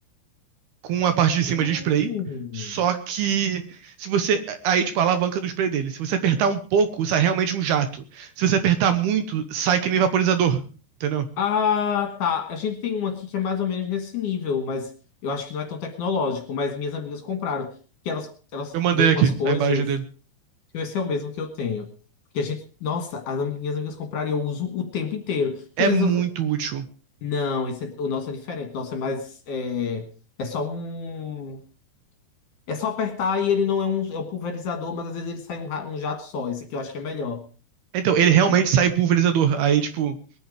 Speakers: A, on the right; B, on the left.
A: com a parte de
B: Uh.
A: cima de spray. Só que. Se você. Aí, tipo, a alavanca do spray dele. Se você apertar um pouco, sai realmente um jato. Se você apertar muito, sai que nem vaporizador. Entendeu?
B: Ah, tá. A gente tem um aqui que é mais ou menos nesse nível, mas eu acho que não é tão tecnológico. Mas minhas amigas compraram. Que elas, elas
A: Eu mandei
B: veem
A: aqui
B: umas coisas.
A: a imagem dele.
B: Esse é o mesmo que eu tenho. Porque a gente. Nossa, as am- minhas amigas compraram e eu uso o tempo inteiro.
A: É
B: Que às
A: muito
B: vezes eu
A: útil.
B: Não, esse é- o nosso é diferente. O nosso é mais. É, é só um. É só apertar e ele não é um, é um pulverizador, mas às vezes ele sai um, ra- um jato só. Esse aqui eu acho que é melhor.
A: Então, ele realmente
B: Hum,
A: sai pulverizador. Aí, tipo,